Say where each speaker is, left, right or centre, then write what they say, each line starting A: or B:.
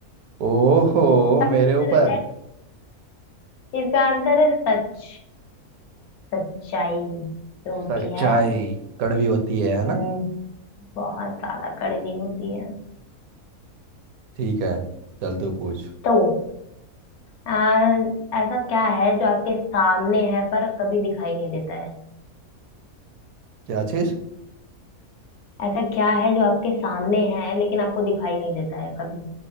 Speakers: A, on the right; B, on the left.
A: ओहो
B: इसका
A: मेरे
B: आंसर
A: ऊपर
B: है इसका आंसर है सच सच्चाई जो होती
A: सच्चाई
B: है
A: कड़वी होती है है
B: हम्म,
A: ना
B: बहुत ज्यादा कड़वी होती है
A: ठीक है चल तू पूछ
B: तो आ, ऐसा क्या है जो आपके सामने है पर कभी दिखाई नहीं देता है
A: क्या चीज
B: ऐसा क्या है जो आपके सामने है लेकिन आपको दिखाई नहीं देता है कभी